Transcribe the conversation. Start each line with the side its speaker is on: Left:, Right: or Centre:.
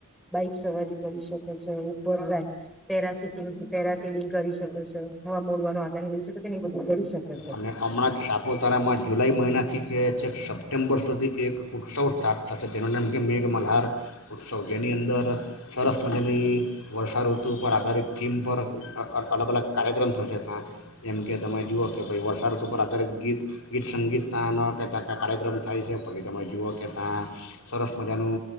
Centre: બાઈક સવારી કરી શકે છે ઉપર પેરાટીંગ પેરા સિલિંગ કરી શકે છે હવા મોડવાનું આદરણ લઈ શકે છે એ બધું કરી શકે છે
Left: અને હમણાં જ સાપુતારામાં જુલાઈ મહિનાથી છે છે સપ્ટેમ્બર સુધી એક ઉત્સવ સ્ટાર્ટ થશે જેનું નામ છે મેઘમલ્હાર ઉત્સવ જેની અંદર સરસ મજાની વર્ષાઋતુ પર આધારિત થીમ પર અલગ અલગ કાર્યક્રમ થશે ત્યાં એમ કે તમે જુઓ કે ભછાઈ વરસાદ ઉપર આધારે ગીત ગીત સંગીત ત્યાં ન ક ત્યાં ક કાર્યક્રમ થાય છે પછી તમે જુઓ કે ત્યાં સરસ મજાનું